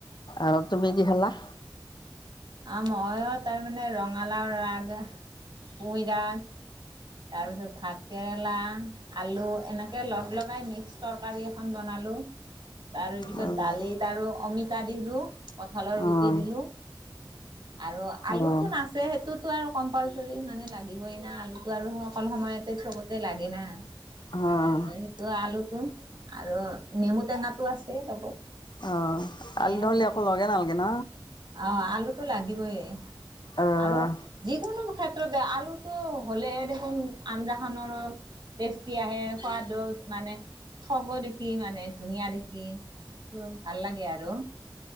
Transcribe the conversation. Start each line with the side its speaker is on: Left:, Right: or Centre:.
Left: আৰু তুমি কি খালা?
Right: আ ময়ো তাৰমানে ৰঙালাও ৰাগ পুই ৰাগ তাৰ পিছত ভাত কেৰেলা আলু এনেকে লগ লগাই মিক্স তৰকাৰী এখন বনালো লো তাৰ পিছত
Left: অ'
Right: দালিত আৰু অমিতা দিলো কঁঠালৰ
Left: অ'
Right: গুটি দিলো আৰু আলুটো
Left: অ'
Right: নাচে সেইটোতো আৰু কম্পালচৰি মানে লাগিবই না আলু আৰু সকলো সময়তে চবতে লাগে না
Left: অ'
Right: সেইটো আলুটো আৰু নেমু টেঙাটো আছে লগত
Left: অ
Right: সেয়াই
Left: আলু নহ'লে
Right: আৰু
Left: আকৌ লগে নালগে ন
Right: অ আলুটো লাগিবই
Left: অ'
Right: আৰু যিকোনো ক্ষেত্ৰতে আলুতটো হ'লে হে দেখোন আঞ্জাখনৰো টেষ্টি আহে সোৱাদো মানে ঠগো দেখি মানে ধুনীয়া দেখি সেটো ভাল লাগে আৰু